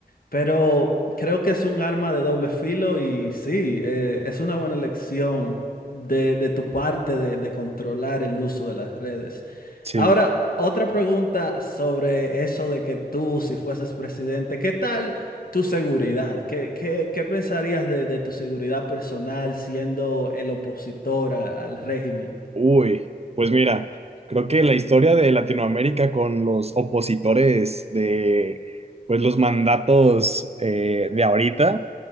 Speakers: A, on the left; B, on the right.
A: Pero creo que es un arma de doble filo y sí, eh, es una buena elección de, de tu parte de, de controlar el uso de las redes.
B: sí.
A: Ahora, otra pregunta sobre eso de que tú, si fueses presidente, ¿qué tal tu seguridad? ¿Qué, qué- qué pensarías de, de tu seguridad personal siendo el opositor a- al régimen?
B: Uy, pues mira, creo que la historia de Latinoamérica con los opositores de pues los mandatos eh, de ahorita